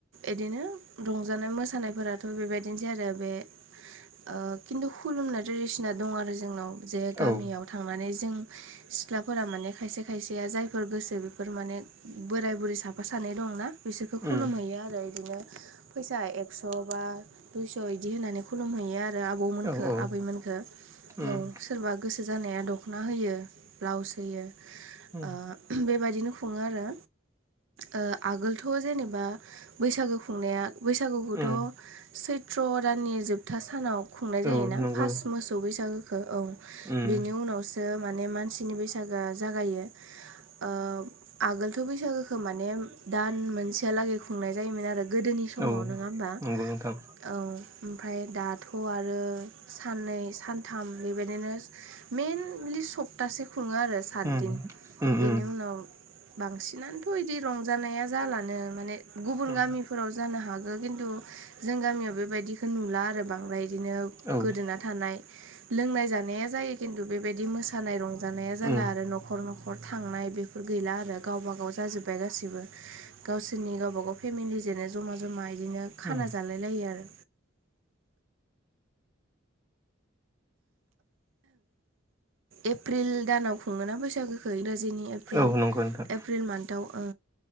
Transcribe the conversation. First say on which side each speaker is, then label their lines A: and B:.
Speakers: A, on the right; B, on the right.
A: एदिनो रंजानाय मोसानायफोराथ' बेबायदिनोसै आरो बे। ओ खिन्थु खुलुमना ट्रेडिसना दं आरो जोंनाव जे
B: औ
A: गामियाव थांनानै जों सिख्लाफोरा माने खायसे खायसे बेया जायफोर गोसो बेफोर माने बोराय बुरै साफा सानै दंना बिसोरखौ खुलुम
B: उम
A: हैैयो आरो। बिदिनो फैसा एकस' बा दुइस' बिदि होनानै खुलुम हैैयो आरो। आरो आबौमोनखौ
B: औ औ
A: आबैमोनखौ
B: उम
A: औ सोरबा गोसो जानाया दख'ना होयो ब्लाउस होयो
B: उम
A: ओ बेबायदिनो खुंङो आरो ओ आगोलथ' जेनेबा बैसागो खुंनाया बैसागुखौथ'
B: उम
A: सैथ्र' दाननि जोबथा सानाव खुंनाय जायोना
B: औ नंगौ
A: फास्ट मोसौ बैसागोखौ औ
B: उम
A: बेनि उनावसो हो माने मानसिनि बैसागोआ जागायो। ओ आगोलथ' बैसागोखौ माने दान मोनसेहालागै खुंनाय जायोमोन आरो। गोदोनि समाव
B: औ
A: नंङा होमबा।
B: नंगौ नोंथां
A: औ ओमफ्राय दाथ' आरो साननै सानथाम बेबायदिनो? मेनलि सप्तासे खुंङो आरो सातदिन।
B: उम उम
A: बेनि
B: उम
A: उनाव बांसिनानोथ' बिदि रंजानाया जालानो माने गुबुन
B: उम
A: गामि फोराव जानो हागौ खिन्थु जों गामियाव बेबायदिखौ नुला आरो बांद्राय बिदिनो?
B: औ
A: गोदोना थानाय लोंनाय जानाया जायो खिन्थु बेबायदि मोसानाय रं रंजानाया जाला
B: उम
A: आरो न'खर न'खर थांनाय बेफोर गैला आरो गावबा गाव जाजोब्बाय गासिबो। गावसोरनि गावबागाव फेमिलि जेनो जमा जमा बिदिनो खाना
B: उम
A: जालाय लायो आरो। एप्रिल दानाव खुंङोना बैसागोखौ इंराजिनि प्रिल
B: औ नंगौ नोंथां
A: एप्रिल मान्थाव औ